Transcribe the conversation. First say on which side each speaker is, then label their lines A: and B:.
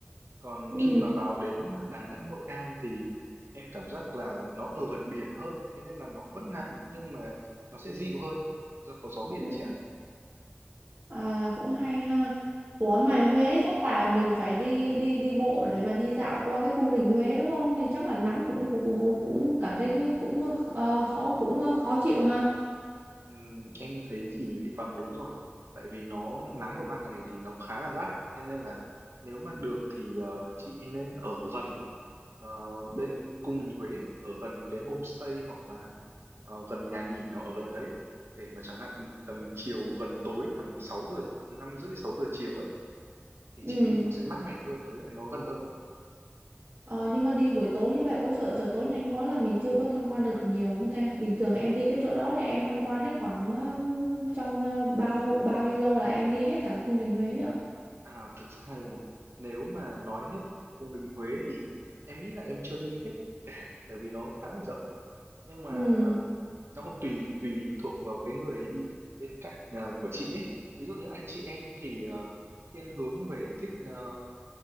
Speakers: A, on the right; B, on the right.
A: Còn
B: Ừ.
A: khi mà vào đến à, Đà Nẵng, Hội An thì em cảm giác là nó ở gần biển hơn, thế nên là nó vẫn nắng nhưng mà nó sẽ dịu hơn do có gió biển
B: ừ.
A: chị ạ.
B: À, cũng hay ha. Ủa
A: Dạ.
B: mà Huế chắc là mình phải đi đi đi bộ để mà đi dạo qua cái cung đình Huế đúng không? Nên chắc là nắng cũng cũng cũng cũng cũng cảm thấy cũng ờ, khó cũng ờ, khó chịu ha.
A: Ừm, em thấy thì vâng đúng rồi, tại vì nó nắng vào ban ngày thì nó khá là gắt, thế nên là nếu mà được thì ờ, chị nên ở gần ờ, bên cung đình Huế, ở gần cái homestay hoặc là ờ, gần nhà nghỉ nào ở gần đấy để mà chẳng hạn tầm chiều gần tối tầm sáu giờ 5 rưỡi 6 giờ chiều ấy, thì
B: Ừ.
A: chị đi nó sẽ mát mẻ hơn với lại nó gần hơn
B: Ờ, nhưng mà đi buổi tối như vậy có sợ trời tối nhanh quá là mình chưa có tham quan được nhiều không ta? Bình thường em đi cái chỗ đó thì em tham quan hết khoảng ừm, trong ờ, bao bao nhiêu lâu là em đi hết cả cái cung đình Huế rồi.
A: à thực ra là nếu mà nói hết cả cung đình Huế thì em nghĩ là em chưa đi hết cả tại vì nó khá là rộng nhưng mà
B: Ừ,
A: nó còn tùy tùy thuộc vào cái người đi bên cạnh à, của chị ấy ví dụ như anh chị em thì ờ, thiên hướng về thích ờ,